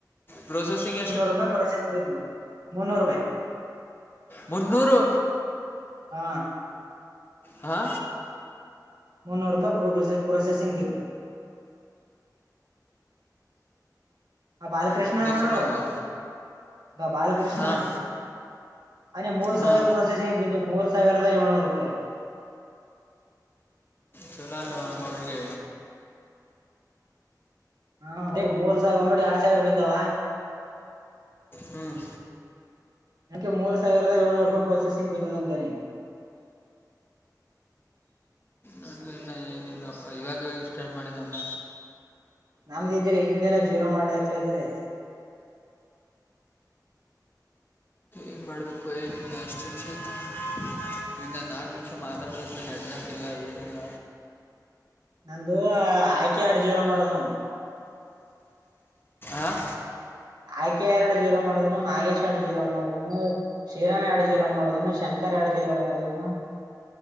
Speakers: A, on the left; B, on the right.
A: ಪ್ರೊಸೆಸಿಂಗ
B: ಮನೋಹರ ಭಾಯ ಪರಚಯ ಬ ಮನೋಹರ ಭಾಯ
A: ಮುನ್ನೂರು
B: ಹಾ
A: ಹಾ
B: ಮುನ್ನೂರು ರೂಪಾಯಿ ಪ್ರ ಪ್ರೊಸೆಸಿಂಗ್ ಬಿಲ್ ಬ ಬಾಲಕೃಷ್ಣ
A: ನಿಂದ
B: ನೋಡು
A: ಚಲೋ ಅಲ್ವ
B: ಬಾಲಕೃಷ್ಣ
A: ಹಾಂ
B: ಅ ಮೂರು
A: ಹಾಂ
B: ಸಾವಿರ ಪ್ರೊಸಸಂಗ ಬ ಮೂರು ಸಾವರದ ಏಳನರು ರೂಪಾಯಿ
A: ಚೋಲಾಲು ಅವ್ರರಿಗೆ
B: ಹ ಮೂರ್ ಸಾವಿರ ಒಂಬಳ ಎರಡ್ ಸಾವಿರ ರೂಪ ಇದಾವ
A: ಹ್ಮ್
B: ನನ್ಗೆ ಮೂ ಸಾವಿರದ ಏಳ್ನೂರು ರೂಪಿ ಪ್ರಸೆಸಿ್ ಬಿದ್ದದ ಅಂತಾನಿ
A: <inaudible> ಇಲ್ಲಪ್ಪ ಇವಾಗ ಇವಾಗ ಸ್ಟಾರ್ಟ್ ಮಾಡಿದಲ್ಲ
B: ನಮ್ದ ಇದ್ರೆ ಇದಿಂದೆಲ್ಲಾ ಜೀವ್ನ ಮಾಡ್ಲಾಕತಿರೆ.
A: ಏನ್ ಮಾಡ್ಬೇಕು ಏನಿಲ್ಲ ಅಷ್ಟು ನಿಮ್ಷ ಆಯ್ತು ಇನ್ನ ನಾಲ್ಕು ನಿಮ್ಷ ಮಾತಾಡ್ ತ ನೆಟ್ವರ್ಕ್ ಇಲ್ಲ ಏನಿಲ್ಲ.
B: ನಂದು ಆಯ್ಕೆ ಆಡ್ ಜೀವ್ನ ಮಾಡ್ದನು.
A: ಆ
B: ಆಯ್ಕೆ ಎರಡ್ ಜೀವ್ನ ಮಾಡ್ದನು ನಾಗೇಶ್ ಎರಡ್ ಜೀವ್ನ ಮಾಡುದ್ರುನು. ಶ್ರೀರಾಮ್ ಎರಡು ಜೀರೋ ಮಾಡ್ನು ಶಂಕರ್ ಎರಡು ಜೀರೋ ಮಾಡುದನು.